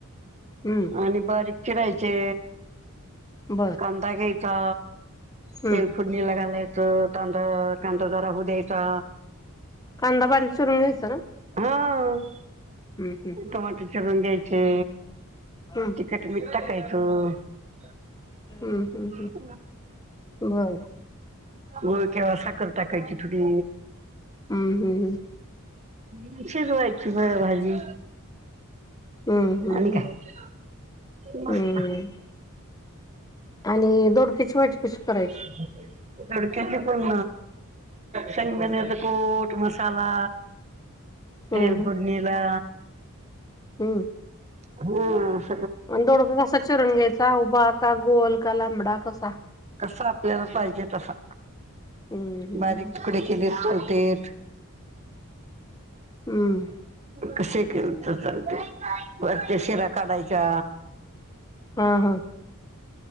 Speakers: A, on the left (about 15°); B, on the right (about 30°).
A: हम्म
B: आणि बारीक चीरायचे.
A: बर
B: कांदा घ्यायचा
A: हम्म
B: तेल. फोडणीला घालायचं कांद कांदा जरा होऊ द्यायचा.
A: कांदा बारीक चिरून घ्यायचा ना?
B: हां
A: हम् हम्म
B: टोमॅटो चिरून घ्यायचे.
A: हम्म
B: तिखट मीठ टाकायचं. <unintelligible>
A: हम्म हम्म हम्म हम्म बर
B: गूळ किंव्हा साखर टाकायची थोडी.
A: हम् हम्म हम
B: ती शीजवायची जरा वेळ भाजी.
A: हम्म हम्म
B: आणि काय
A: हम्
B: मस्त
A: हम्म आणि दोडक्याची भाजी कशी करायची?
B: <unintelligible> दोडक्याची पण शेंगदाण्याच कुट मसाला.
A: हम्म
B: तेल
A: हम्म
B: फोडणीला.
A: हम्म
B: हां
A: आणि दोडका कसा चिरूण घ्यायचा उभा का गोल का लांबडा कसा?
B: कसा आपल्याला पाहिजे तसा
A: हम्म हम्म
B: बारीक तुकडे केले तरी चालतेत.
A: हम्म
B: कसही केल तरी चालते वरच्या शिरा काढायचा.
A: हा हम्म